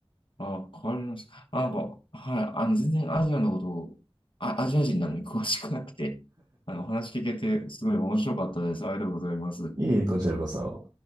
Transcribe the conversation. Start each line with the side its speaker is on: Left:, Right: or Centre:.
Left: あ、変わります。あ、なんか、はい、あの、全然アジアのことを、あ、アジア人なのに詳しくなくて、あの、お話聞けて、すごい面白かったです。ありがとうございます。
Right: いえいえ、こちらこそ。